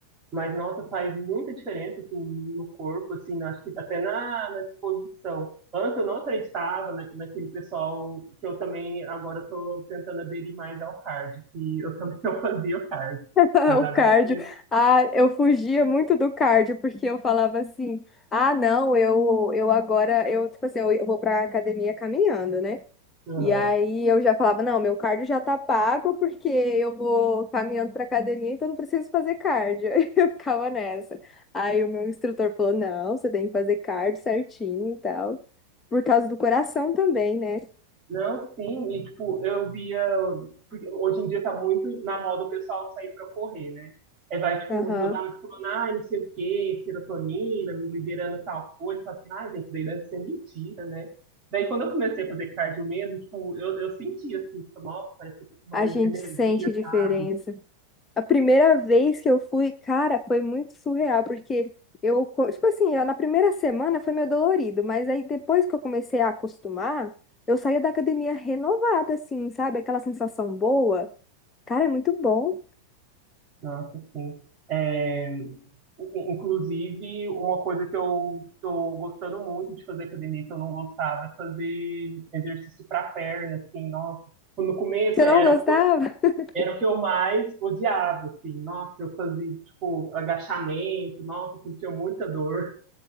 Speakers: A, on the right (about 30°); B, on the left (about 20°).
A: mas nossa, faz muita diferença assim, no corpo, assim, acho que até na, na disposição. Antes eu não acreditava na, naquele pessoal que eu também agora estou tentando aderir mais ao cardio, que eu também <laughs> não fazia o cardio.
B: <laughs>
A: Mas
B: O
A: agora
B: cardio.
A: eu tô-
B: Ah, eu fugia muito do cardio, porque eu falava assim: ah, não, eu, eu agora, eu, tipo assim, eu, eu vou pra academia caminhando, né?
A: Aham.
B: E aí eu já falava: não, meu cardio já tá pago, porque eu vou caminhando pra academia, então não preciso fazer cardio. <laughs> Eu ficava nessa. Aí o meu instrutor falou: não, você tem que fazer cardio certinho e tal, por causa do coração também, né?
A: Não, sim, e tipo, eu via. porque hoje em dia tá muito na moda o pessoal sair pra correr, né? Aí vai, tipo,
B: Aham.
A: os meus amigos falando, ai, não sei o quê, serotonina, liberando tal coisa. Eu falo assim, ai, gente, daí deve ser mentira, né? Daí quando eu comecei a fazer cardio mesmo, tipo, eu, eu senti assim, tipo, nossa, parece que eu tô com mais
B: A gente
A: energia,
B: sente diferença.
A: sabe?
B: A primeira vez que eu fui, cara, foi muito surreal, porque eu, co- tipo assim, eu- na primeira semana foi meio dolorido, mas aí depois que eu comecei a acostumar, eu saía da academia renovada, assim, sabe? Aquela sensação boa. Cara, é muito bom.
A: Nossa, sim. É, in- inclusive, uma coisa que eu tô gostando muito de fazer academia, que eu não gostava, é fazer exercício para perna, assim, nossa. No começo
B: Você
A: era
B: não gostava?
A: o que eu,
B: <laughs>
A: era o que eu mais odiava, assim, nossa, eu fazia, tipo, agachamento, nossa, eu sentia muita dor.